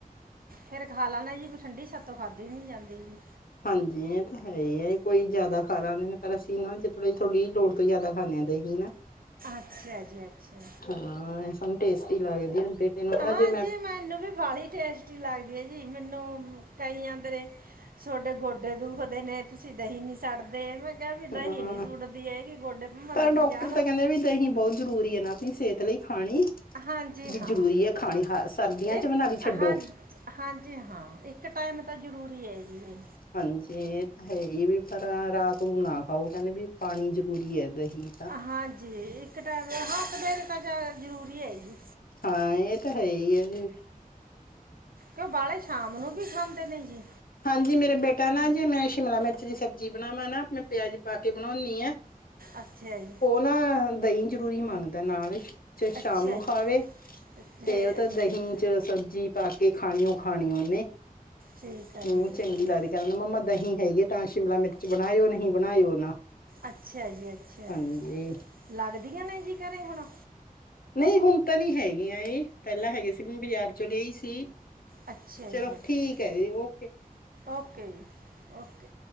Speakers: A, on the right (about 75°); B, on the left (about 75°).
A: ਫੇਰ ਖਾ ਲੈਣਾ ਜੀ ਵੀ। ਠੰਢ ਸਾਥੋਂ ਖਾਧੀ ਨੀ ਜਾਂਦੀ ਜੀ।
B: ਹਾਂਜੀ ਇਹ ਤਾਂ ਹੈ ਹੀ ਹੈ। ਕੋਈ ਜ਼ਿਆਦਾ ਖਾ ਲੈਂਦੇ ਨੇ, ਪਰ ਅਸੀਂ ਨਾ ਜੀ ਥੋੜ੍ਹੀ ਥੋੜ੍ਹੀ ਲੋੜ ਤੋਂ ਜ਼ਿਆਦਾ ਖਾਦੇਂ ਆ ਦਹੀ ਨਾ।
A: ਅੱਛਾ ਜੀ ਅੱਛਾ।
B: ਹਾਂ ਇਹ ਸਾਨੂੰ ਟੈਸਟੀ ਲਗਦੀ ਹੈ ਨਾ ਨੂੰ
A: ਹਾਂ
B: ਜੇ ਮੈਂ
A: ਜੀ ਮੈਨੂੰ ਵੀ ਬੜੀ ਟੇਸਟੀ ਲੱਗਦੀ ਹੈ ਜੀ। ਜੀ ਮੈਨੂੰ ਕਈਆਂਦੇ ਤੁਹਾਡੇ ਗੋਡੇ ਦੁਖਦੇ ਨੇ। ਤੁਸੀਂ ਦਹੀਂ ਨੀ ਸੁੱਟਦੇ ਮੈਂ ਕਿਹਾ ਵੀ ਦਹੀਂ
B: ਹਾਂ
A: ਨੀ ਸੁੱਟਦੀ ਇਹਗੀ ਗੋਡੇ ਭਾ
B: ਪਰ
A: ਦੁਖੀ
B: ਡਾਕਟਰ
A: ਜਾਣਾ।
B: ਤਾਂ ਕਹਿੰਦੇ ਵੀ ਤਾਂ ਦਹੀ ਬਹੁਤ ਜ਼ਰੂਰੀ ਹੈ ਨਾ। ਆਪਣੀ ਸਿਹਤ ਲਈ ਖਾਣੀ
A: ਹਾਂਜੀ
B: ਵੀ
A: ਹਾਂ
B: ਜ਼ਰੂਰੀ ਹੈ ਖਾਣੀ। ਹ ਸਰਦੀਆਂ
A: ਇੱਕ
B: ਚ ਬ-ਨਾ ਵੀ ਛੱਡੋ।
A: ਹਾਂ ਹਾਂਜੀ ਹਾਂ। ਇੱਕ ਟਾਈਮ ਤਾਂ ਜ਼ਰੂਰੀ ਹੈ ਜੀ ਇਹ।
B: ਹਾਂਜੀ ਇਹ ਤਾਂ ਹੈ ਹੀ ਵੀ ਪਰ ਰਾਤ ਨੂੰ ਨਾ ਖਾਓ। ਕਹਿੰਦੇ ਵੀ ਖਾਣੀ ਜ਼ਰੂਰੀ ਹੈ ਇ ਏ ਦਹੀ।
A: ਹਾਂਜੀ ਇੱਕ ਟ-ਹਾ ਫੇਰ ਤਾਂ ਜ-ਜ਼ਰੂਰੀ ਹੈ ਜੀ।
B: ਹਾਂ ਇਹ ਤਾਂ ਹੈ ਹੀ ਹੈ ਫੇਰ।
A: ਕਿਉ ਬਾਲੇ ਸ਼ਾਮ ਨੂੰ ਵੀ ਖਾਂਦੇ ਨੇ ਜੀ।
B: ਹਾਂਜੀ ਮੇਰੇ ਬੇਟਾ ਨਾ ਜੇ ਮੈਂ ਸ਼ਿਮਲਾ ਮਿਰਚ ਦੀ ਸਬਜ਼ੀ ਬਣਾਵਾਂ ਨਾ, ਮੈਂ ਪਿਆਜ ਪਾ ਕੇ ਬਣਾਉਦੀ ਆ।
A: ਅੱਛਾ ਜੀ।
B: ਨਾਲ ਦਹੀਂ ਜਰੂਰੀ ਮੰਗਦਾ ਨਾਲ। ਚੇ ਸ਼ਾਮ
A: ਅੱਛਾ
B: ਨੂੰ ਖਾਵੇ
A: ਜੀ ਅੱਛਾ
B: ਤੇ ਉਹ ਤਾਂ
A: ਅੱਛਾ
B: ਦਹੀਂ
A: ਜੀ
B: ਚ ਸਬਜ਼ੀ ਪਾ ਕੇ ਖਾਣੀ ਓ ਖਾਣੀ ਉਹਨੇ
A: ਠੀਕ ਹੈ
B: ਮੈਨੂੰ
A: ਜੀ ਠੀਕ
B: ਚੰਗੀ
A: ਹੈ
B: ਲੱਗਦੀ। ਕਹਿੰਦਾ ਮੰਮਾ ਦਹੀਂ ਹੈਗੀ, ਤਾਂ ਸ਼ਿਮਲਾ ਮਿਰਚ ਬਣਾਇਓ ਨਹੀਂ ਬਣਾਇਓ ਨਾ।
A: ਅੱਛਾ ਜੀ ਅੱਛਾ
B: ਹਾਂਜੀ
A: ਲੱਗਦੀਆਂ ਨੇ ਜੀ ਘਰੇ ਹੁਣ?
B: ਨਹੀਂ ਹੁਣ ਤਾਂ ਨਹੀਂ ਹੈਗੀਆਂ ਇਹ। ਪਹਿਲਾਂ ਹੈਗੀਆਂ ਸੀ। ਮੈਂ ਬਾਜ਼ਾਰ ਚੋਂ ਲਿਆਈ ਸੀ।
A: ਅੱਛਾ
B: ਚਲੋ
A: ਜੀ ਅੱਛਾ
B: ਠੀਕ ਹੈ ਜੀ, ਓ
A: ਓਕੇ ਜੀ, ਓਕੇ।